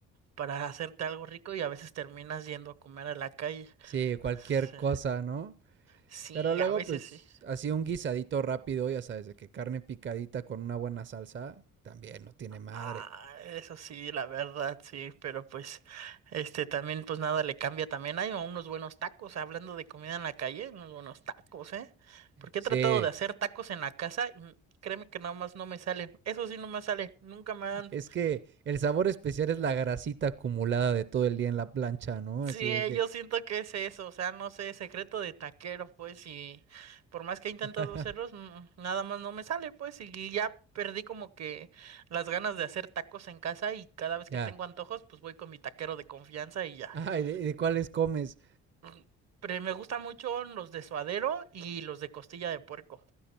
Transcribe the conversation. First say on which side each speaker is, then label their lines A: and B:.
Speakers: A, on the right (about 60°); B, on the right (about 40°).
A: para hacerte algo rico y a veces terminas yendo a comer a la calle.
B: Sí, cualquier
A: Sí,
B: cosa, ¿no?
A: sí,
B: Pero luego,
A: a veces
B: pues,
A: sí.
B: así un guisadito rápido, ya sabes, de que carne picadita con una buena salsa, también no tiene madre.
A: Ah, eso sí, la verdad, sí, pero pues, este, también, pues nada le cambia también. Hay unos buenos tacos, hablando de comida en la calle, unos buenos tacos, ¿eh? Porque
B: Sí,
A: he tratado de hacer tacos en la casa, y, mm, créeme que nada más no me salen. Eso sí, no me sale, nunca me han
B: es que el sabor especial es la grasita acumulada de todo el día en la plancha, ¿no?
A: Sí,
B: Así de
A: eh,
B: que,
A: yo siento que es eso, o sea, no sé, secreto de taquero, pues, y por más que
B: <laughs>
A: he intentado hacerlos, mm, nada más no me sale, pues, y ya perdí como que las ganas de hacer tacos en casa y cada vez
B: ya.
A: que tengo antojos, pues voy con mi taquero de confianza y ya.
B: Ay,
A: <clears throat>
B: ¿de, de cuáles comes?
A: Mm, Pero me gustan mucho los de suadero y los de costilla de puerco,